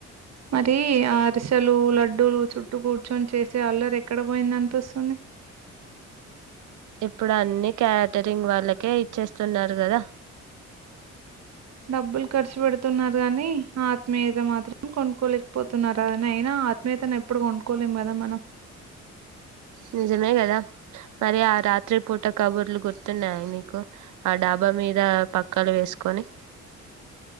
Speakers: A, on the right (about 60°); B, on the right (about 75°).
A: మరి అరిసెలు లడ్డూలు చుట్టూ కూర్చొని చేసే అల్లరి ఎక్కడ పోయింది అనిపిస్తుంది
B: ఇప్పుడు అన్ని క్యాటరింగ్ వాళ్ళకే ఇచ్చేస్తున్నారు గదా
A: డబ్బులు ఖర్చు పెడుతున్నారు గానీ ఆత్మీయత మాత్రం కొనుకోలేకపోతున్నారు అదని అయినా ఆత్మీయతను ఎప్పుడు కొనుకోలేం గాదా మనం
B: నిజమేగదా మరి ఆ రాత్రి పూట కబుర్లు గుర్తున్నాయ నీకు ఆ డాబా మీద పక్కలు వేసుకొని